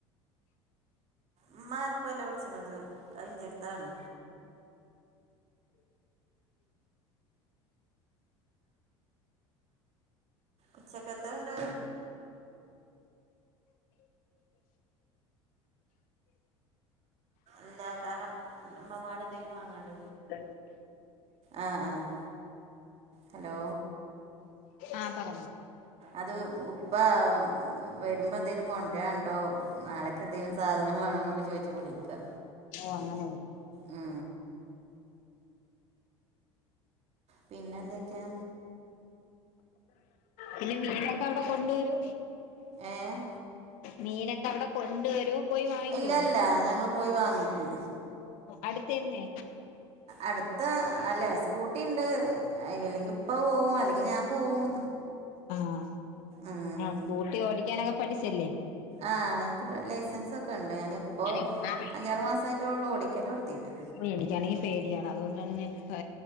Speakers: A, on the right; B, on the left.
A: മ്മാ ആർക്കല്ല വിളിച്ചണത് അതിന്റെടുത്താണ് ഉച്ചക്ക എത്തണ്ട് എന്താ കാരം മമ്മമാടെ എന്തേങ്കലും വാങ്ങാണ്ട
B: അ
A: ആഹ് ആഹ് ഹലോ
B: ആഹ് പറ
A: അത് ഉപ്പ വരുമ്പോ എന്തേങ്കലും കൊണ്ടണ്ടോ നാളെക്ക് എന്തേങ്കലും സാധനം വേണോ എന്നൊക്കെ ചോദിച്ചു വിളിക്കാ
B: ഓഹ് അങ്ങനെ
A: ഉം പിന്നെ എന്തൊക്കെയാ
B: പിന്നെ മീനൊക്കെ അവിടെ കൊണ്ടുവരു
A: ഏഹ്
B: മീനൊക്കെ അവിടെ കൊണ്ടുവരും പോയി വാങ്ങിക്കുവോ
A: ഇല്ല ഇല്ല ഞങ്ങള് പോയി വാങ്ങിക്കും
B: അടുത്ത ന്നെ
A: അടുത്ത അല്ലെ സ്കൂട്ടിണ്ട് അല്ലെങ്കി ഇപ്പ പോവും അല്ലെങ്കിൽ ഞാൻ പോവും
B: ആഹ്
A: ഉം
B: ആഹ് സ്കൂട്ടി ഓടിക്കാനൊക്കെ പഠിച്ചല്ലേ
A: ആഹ് ഇൻക്ക് ലൈസൻസ ഒക്കെ ഉണ്ട് ഞാന ഇപ്പോ
B: ഇപ്പം
A: അഞ്ചാറ് മാസയിട്ടള്ള ഓടിക്കല് ഓട്ത്തിയിട്ട്
B: പേടിക്കാണെങ്കിൽ പേടിയാണ് അതുകൊണ്ടാണ് ഞാൻ ഡ്ര